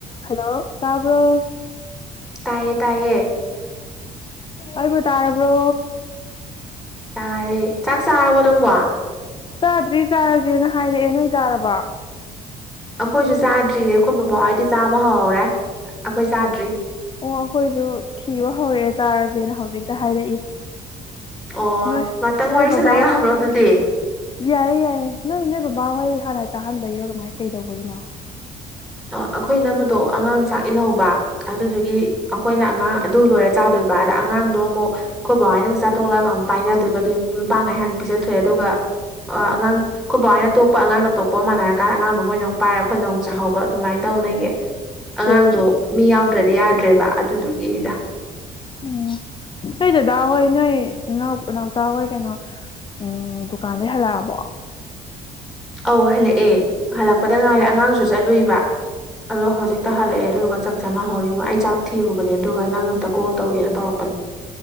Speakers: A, on the left (about 30°); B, in the centre.
A: ꯍꯜꯂꯣ ꯇꯔꯕ
B: ꯇꯥꯏꯌꯦ ꯇꯥꯏꯌꯦ
A: ꯑꯣꯕ ꯇꯥꯔꯕꯕ꯭ꯔꯣ
B: ꯌꯥꯔꯦ ꯆꯥꯛ ꯆꯥꯔꯕꯣ ꯅꯪꯕ
A: ꯆꯥꯗ꯭ꯔꯤ ꯆꯥꯔꯁꯦꯅ ꯍꯥꯏꯔꯛꯑꯦ ꯅꯣꯏ ꯆꯥꯔꯕ
B: ꯑꯩꯈꯣꯏꯁꯨ ꯆꯥꯗ꯭ꯔꯤꯌꯦ ꯑꯩꯈꯣꯏ ꯕꯕꯥꯍꯣꯏꯗꯤ ꯆꯥꯕ ꯍꯧꯍꯧꯔꯦ ꯑꯩꯈꯣꯏ ꯆꯥꯗ꯭ꯔꯤ
A: ꯑꯣ ꯑꯩꯈꯣꯏꯁꯨ ꯊꯤꯕ ꯍꯧꯔꯛꯑꯦ ꯆꯥꯔꯁꯦꯅ ꯍꯧꯖꯤꯛꯇ ꯍꯥꯏꯔꯛꯏ
B: ꯑꯣ
A: ꯅꯣꯏ
B: ꯉꯥꯛꯇꯪ
A: ꯅꯣꯏ
B: ꯋꯥꯔꯤ ꯁꯥꯟꯅ
A: ꯕꯥ ꯍ
B: ꯌꯥꯕ꯭ꯔꯣ ꯑꯗꯨꯗꯤ
A: ꯌꯥꯏꯌꯦ ꯌꯥꯏꯌꯦꯦ ꯅꯣꯏ ꯅꯣꯏ ꯕꯕꯥꯍꯣꯏ ꯍꯥꯟꯅ ꯆꯥꯍꯟꯕꯒꯤꯔꯣ ꯀꯃꯥꯏꯅ ꯀꯩꯗꯧꯕꯒꯤꯅꯣ
B: ꯑꯩꯈꯣꯏ ꯅꯝꯕꯗꯣ ꯑꯉꯥꯡ ꯆꯥꯛ ꯏꯜꯍꯧꯕ ꯑꯗꯨꯗꯨꯒꯤ ꯑꯩꯈꯣꯏꯅ ꯑꯉꯥꯡ ꯑꯗꯨ ꯂꯣꯏꯔ ꯆꯥꯗꯣꯏ ꯑꯗ ꯑꯉꯥꯡꯗꯣ ꯑꯃꯨꯛ ꯑꯩꯈꯣꯏ ꯕꯥꯏꯅꯒ ꯆꯥꯊꯣꯛꯂꯛꯑꯒ ꯑꯃꯨꯛ ꯄꯥꯏꯅꯗꯣꯏꯕ ꯑꯗꯨ ꯂꯨꯄꯥ ꯉꯥꯏ ꯍꯥꯟꯅ ꯄꯤEdꯖꯊꯣꯛꯑꯦ ꯑꯗꯨꯒ ꯑꯉꯥꯡ ꯑꯩꯈꯠ ꯕꯥꯏꯅ ꯇꯣꯛꯄ ꯑꯉꯥꯡꯅ ꯇꯣꯛꯄ ꯃꯥꯟꯅꯔꯀꯥꯟ ꯑꯉꯥꯡꯗꯣ ꯃꯣꯏ ꯅꯪ ꯄꯥꯏꯔ ꯑꯩꯈꯣꯏ ꯅꯧ ꯆꯥꯍꯧꯕ ꯑꯗꯨꯃꯥꯏꯅ ꯇꯧꯅꯩꯌꯦ
A: ꯑꯣ
B: ꯑꯉꯥꯡꯗꯣ ꯃꯤ ꯌꯥꯎꯗ꯭ꯔꯗꯤ ꯌꯥꯗ꯭ꯔꯦꯕ ꯑꯗꯨꯗꯨꯒꯤꯅꯤꯗ
A: ꯎꯝ ꯅꯣꯏ ꯗꯗꯥ ꯍꯣꯏ ꯅꯣꯏꯎ ꯎꯅꯥꯎꯆꯥꯥ ꯍꯣꯏ ꯀꯩꯅꯣ ꯎꯝ ꯗꯨꯀꯥꯟꯗ ꯍꯜꯂꯛꯑꯕꯣ
B: ꯑꯧ ꯍꯜꯂꯛꯑꯦ ꯍꯜꯂꯛꯄꯗ ꯉꯥꯏꯔꯦ ꯑꯉꯥꯡꯁꯨ ꯆꯠꯂꯨꯏꯕ ꯑꯗꯣ ꯍꯧꯖꯤꯛꯇ ꯍꯜꯂꯛꯑꯦ ꯑꯗꯨꯒꯗꯨ ꯆꯥꯛ ꯆꯥꯅꯍꯧꯔꯤꯃꯣ ꯑꯩ ꯆꯥꯛ ꯊꯤꯔꯨꯕꯅꯦ ꯑꯗꯨꯒ ꯅꯪ ꯑꯝꯇ ꯀꯣꯜ ꯇꯧꯒꯦꯅ ꯇꯧꯔꯛꯄꯅꯦ <inaudible>